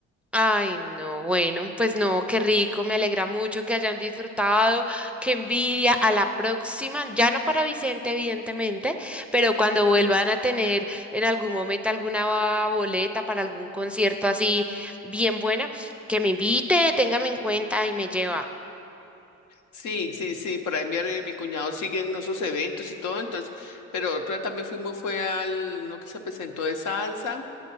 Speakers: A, in the centre; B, on the left.
A: Ay, no, bueno, pues no, qué rico, me alegra mucho que hayan disfrutado, qué envidia. A la próxima, ya no para Vicente, evidentemente, pero cuando vuelvan a tener en algún momento alguna boleta para algún concierto así bien buena, que me invite, téngame en cuenta y me lleva.
B: Sí, sí, sí, por ahí mi, are- mi cuñado sigue en esos eventos y todo, entonces, pero otra también fuimos fue al, uno que se presentó de salsa.